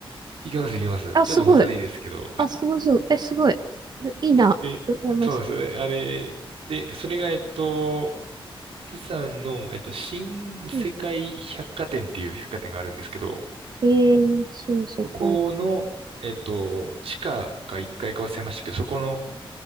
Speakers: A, on the right; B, on the right.
A: いきます、いきます。
B: あ、すごい。
A: ちょっとむずいですけど。
B: あ、すごい、すごい。え、すごい。ういいな。
A: で、
B: うやましい。
A: そうなんですよ。えあれ、で、それが、えっと、釜山の、えっと、新世界百貨店っていう百貨店があるんですけど、
B: うん。えー、新世界。
A: そこの、えっと、地下か1階かいか忘れましたけど、そこの、